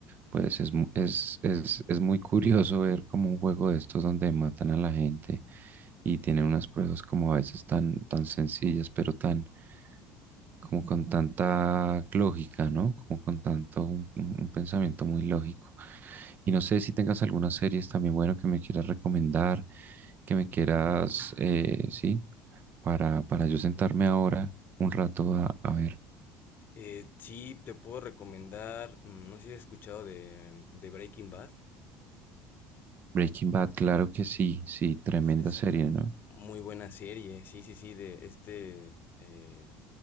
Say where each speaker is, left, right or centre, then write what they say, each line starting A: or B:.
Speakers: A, on the right; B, on the left.
A: pues es, mu- es, es, es muy curioso ver como un juego de estos donde matan a la gente y tienen unas pruebas como a veces tan, tan sencillas, pero tan como con tanta lógica, ¿no? Como con tanto un, un- un pensamiento muy lógico. Y no sé si tengas algunas series también, bueno, que me quieras recomendar, que me quieras, eh, sí, para, para yo sentarme ahora un rato a, a ver.
B: Eh, sí, te puedo recomendar, mm, no sé si has escuchado de, mm, de Breaking Bad,
A: Breaking Bad, claro que sí, sí, tremenda
B: es, es
A: serie, ¿no?
B: muy buena serie, sí, sí, sí, de este, eh,